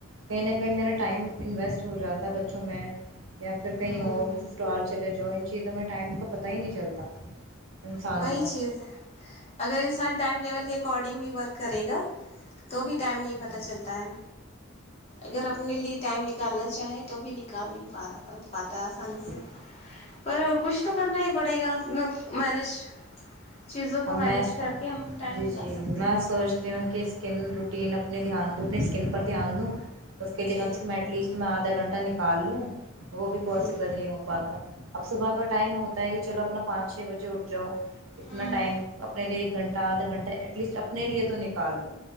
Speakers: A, on the right; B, on the left.
A: کہیں نہ کہیں میرا ٹائم انویسٹ ہو جاتا ہے بچوں میں یا پھر کہیں
B: ہوں
A: اور ٹال چلے جاؤ ان چیزوں میں ٹائم کا پتاہ ہی نہیں چلتا انسان
B: وہی
A: کو
B: چیز ہے اگر انسان ٹائم ٹیبل کے اکارڈنگ بھی ورک کرے گا تو بھی ٹائم نہیں
A: ہوں،
B: پتہ چلتا ہے اگر
A: جی
B: اپنے لیے ٹائم نکالنا چاہیں تو بھی نکال نہیں پا رہا پا ہے آسانی
A: جی
B: سے پر وہ کچھ تو کرنا ہی پڑے گا مینج چیزوں کو
A: اب
B: مینج
A: میں
B: کر کے ہم ٹائم
A: جی
B: نکال
A: جی
B: سکتے
A: میں
B: ہیں
A: سوچتی ہوں کہ اسکن ر رین اپنے دھیان دو اپنی اسکن پر دھیان دو اس کے لیے
B: جی
A: کم سےم ایٹ لیسٹ میں آدھا گنٹہ ا نکال لو وہ بھی
B: ہوں
A: پاسبل نہیں ہو پاتا اب صبح کا ٹائم ہوتا ہے کہ چلو اپنا پانچ چھ بجے اٹھ جاؤ اتنا
B: ہوں
A: اپنے لیے ایک گھنٹہ آدھا گھنٹہ ایٹ لیسٹ اپنے لیے تو نکال دوو